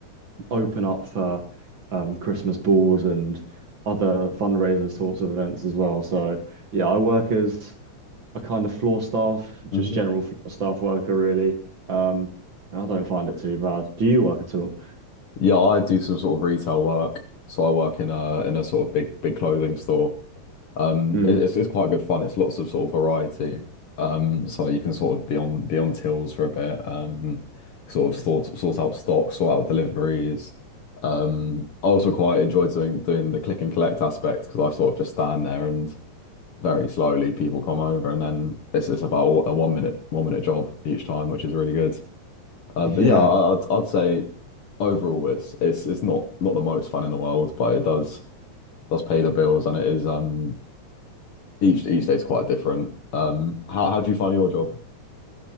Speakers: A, on the right; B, on the left.
A: open up for um, Christmas balls and other fundraiser sorts of events as well. So yeah, I work as a kind of floor staff, just
B: Mhm.
A: general floor staff worker, really. Um, I don't find it too bad. Do you work at all?
B: Yeah, I do some sort of retail work. So I work in a in a sort of big big clothing store. Um,
A: Mm.
B: it- it's it's quite good fun. It's lots of sort of variety. Um, so you can sort of be on be on tills for a bit. Um, sort of sort sort out stock, sort out deliveries. Um, I also quite enjoy doing doing the click and collect aspect because I sort of just stand there and very slowly people come over and then it's it's about a one minute one minute job each time which is really good um
A: Yeah.
B: but yeah I- I'd I'd say overall it's it's it's not not the most fun in the world but it does does pay the bills and it is um each each day's quite different um how how do you find your job